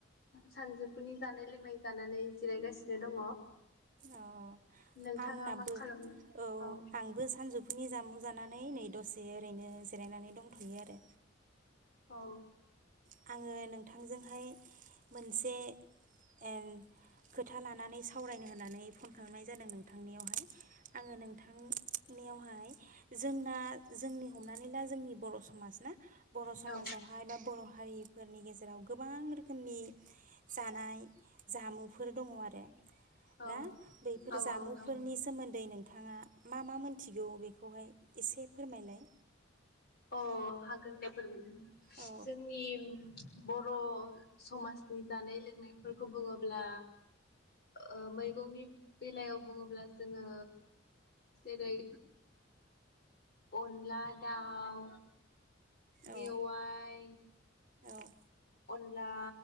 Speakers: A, on the left; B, on the right.
A: सानजौफुनि जानाय लोंनाय जानानै जिरायगासिनो दङ
B: अ
A: नोंथाङा
B: आंनाबो
A: मा खालामनो
B: औ आंबो सानजौ फुनि जामु जानानै नै दसे ओरैनो जिरायनानै दंथ'यो आरो
A: औ
B: आङो आङो नोंथांजोंहाय मोनसे ए खोथा लानानै सावरायनो होननानै फन खालामनाय जादों नोंथांनियावहाय आङो नोंथां नियावहाय जोंना जोंनि हमनानै ला जोंनि बर' समाज ना बर' समाजावहाय
A: औ
B: बा बर' हारिफोरनि गेजेराव गोबां रोखोमनि जानाय जामुफोर दङ आरो
A: औ
B: ना
A: औ
B: बैफोर
A: औ
B: जामुंफोरनि
A: औ दङ
B: सोमोन्दै नोंथाङा मा मा मोन थिगौ बेखौहाय एसे फोरमायलाय
A: अ हागोन दे फोरमायनो
B: औ
A: जोंनि बर' समाजनि जानाय लोंनायफोरखौ बुङोब्ला ओ मैगंनि बेलायाव बुङोब्ला जोङो जेरै अनला दाउ मेवाइ
B: बुङोब्ला औ
A: अन ला